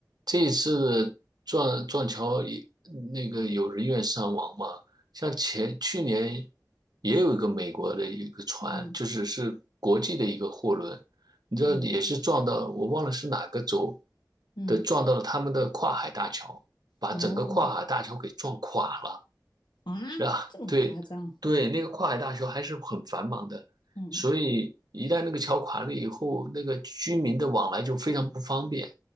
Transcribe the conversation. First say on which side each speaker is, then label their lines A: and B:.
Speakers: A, on the right (about 65°); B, on the left (about 85°).
A: 这一次撞撞桥也那个有人员伤亡嘛，像前去年也有一个美国的一个船，
B: 嗯
A: 就是是国际的一个货轮，你知道也是撞到我忘了是哪个州
B: 嗯嗯，
A: 的，撞到了他们的跨海大桥，把整个跨海大桥给撞垮了。
B: 哦啊，
A: 啊，
B: 这么夸张？
A: 对对，那个跨海大桥还是很繁忙的，
B: 嗯
A: 所以一旦那个桥垮了以后，那个居民的往来就非常不方便。